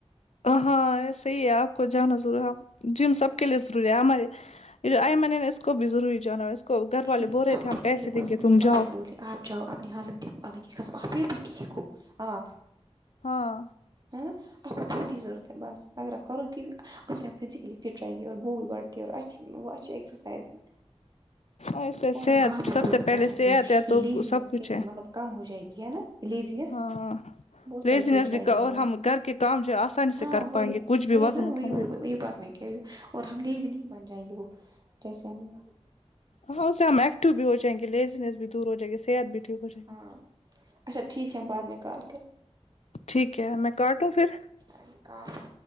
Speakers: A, on the left (about 75°); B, on the right (about 35°).
A: ہاں صحیح ہے آپ کو جانا ضروری ہے جم سب کے لیے ضروری ہے ہمارے آئمن ہے نا اس کو بھی ضروری جانا اس کو گھر والے
B: آپ
A: بول رہے
B: کو
A: تھے ہم
B: پتہ ہے
A: پیسے
B: میرے کو
A: دیں
B: مجھے
A: گے تم
B: بار
A: جاؤ
B: بار بولے آپ جاؤ اپنی حالت دیکھو اللہ کی قسم آپ پھر بھی ٹھیک ہو ہاں
A: ہاں
B: ہے نا اب تھوڑی ضرورت ہے بس اگر آپ کروگی اس سے آپ فزیکل ہی فٹ رہیں گی اور بھوک بڑھتی ہے وہ اچھی اگزرسائز ہے
A: ایسے
B: اور
A: صحت
B: ہم کام بھی
A: سب
B: بہت
A: سے
B: کر
A: پہلے
B: سکتے
A: صحت
B: ہیں
A: ہے
B: یہ
A: تو
B: لیزینس
A: سب کچھ
B: سے
A: ہے
B: مطلب کم ہو جائے گی ہے نا یہ لیزینس
A: ہاں
B: بہت
A: لیزینس
B: سارے چینجز
A: بھی
B: آئیں گے ہمارے
A: اور ہم
B: میں،
A: گھر کے کام جو آسانی سے
B: ہاں
A: کر
B: وہی
A: پائیں گے کچھ بھی
B: وہی
A: وزن
B: نا
A: اٹھانا
B: وہی وہی بات میں کہ رہی ہوں اور ہم لیزی نہیں بن جائیں گے وہ جیسے ہمیں
A: ہاں اس سے ہم ایکٹو بھی ہو جاے گے لیزیینس بھی دور ہو جائے گی صحت بھی ٹھیک ہو جائے
B: ہاں
A: گا
B: اچھا ٹھیک ہے ہم بعد میں کال کر
A: ٹھیک ہے میں کاٹوں پھر
B: <unintelligible>